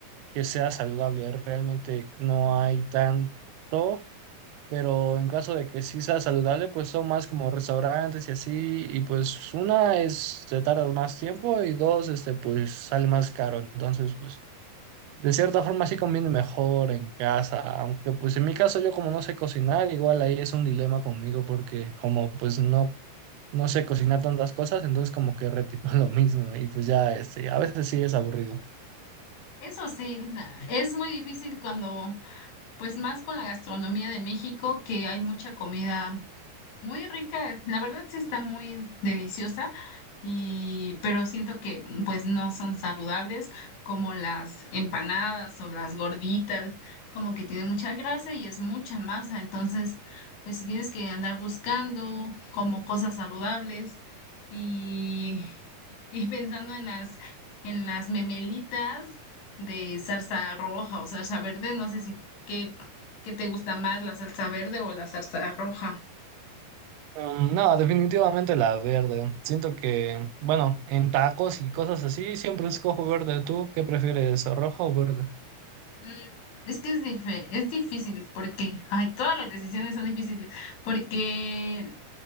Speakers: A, on the right (about 80°); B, on the left (about 80°).
A: que sea saludable. Realmente no hay tanto pero en caso de que sí sea saludable, pues son más como restaurantes y así, y pues una es, te tardas más tiempo y dos, este, pues sale más caro, entonces pues de cierta forma sí conviene mejor en casa, aunque pues en mi caso yo como no sé cocinar, igual ahí es un dilema conmigo porque como pues no... No sé cocinar tantas cosas, entonces como que repito <laughs> lo mismo y pues ya este, a veces sí es aburrido.
B: Eso sí, la- es muy difícil cuando, pues más con la gastronomía de México, que hay mucha comida. Muy rica, la verdad sí está muy deliciosa y pero siento que pues no son saludables como las empanadas o las gorditas, como que tienen mucha grasa y es mucha masa, entonces pues si tienes que andar buscando como cosas saludables y <laughs> y pensando en las en las memelitas de salsa roja o salsa verde, no sé si qué qué te gusta más, la salsa verde o la salsa roja.
A: Um, no, definitivamente la verde. Siento que, bueno, en tacos y cosas así, siempre escojo verde. ¿Tú qué prefieres, rojo o verde?
B: Mm, Es que es, dife- es difícil porque, ay, todas las decisiones son difíciles porque